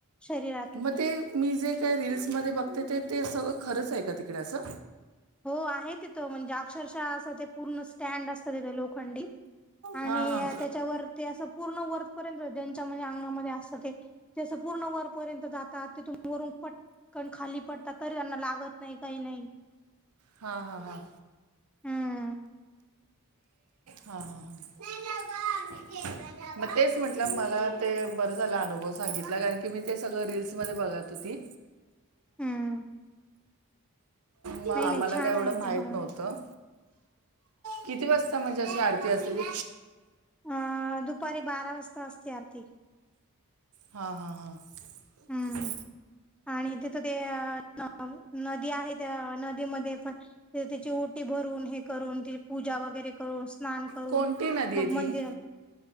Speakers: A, in the centre; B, on the right.
A: शरीरातून.
B: मग ते मी जे काय रिल्स मध्ये बघते ते ते सगळं खरंच आहे का तिकडे असं?
A: हो आहे तिथं म्हणजे अक्षरशः असं ते पूर्ण स्टँड असतं तिथं लोखंडी आणि
B: हा हा
A: त्याच्यावर ते असं पूर्ण वरपर्यंत ज्यांच्या म्हणजे अंगामध्ये असं ते त्यास पूर्ण वर पर्यंत जातात तिथून वरून पटकन खाली पडतात तरी त्यांना लागत नाही काही नाही.
B: हा हा हा
A: हम्म
B: हा हा मग तेच म्हटलं मला ते बर झालं अनुभव सांगितला कारण की मी ते सगळ रीलस मध्ये बघत होती.
A: हम्म
B: म आम्हाला
A: नाही नाही छान
B: काय एवढं
A: आहे
B: माहित
A: ते बघा
B: नव्हतं. किती वाजता म्हणजे अशी आरती असतेती?
A: अ दुपारी बारा वाजता असते आरती
B: हां हां हां
A: हम्म आणि तिथं ते नदी आहे त्या नदीमध्ये पण तिची ओटी भरून हे करून ति पूजा वगैरे करून स्नान करून
B: कोणती नदी आहे
A: मग
B: ती
A: मंदिर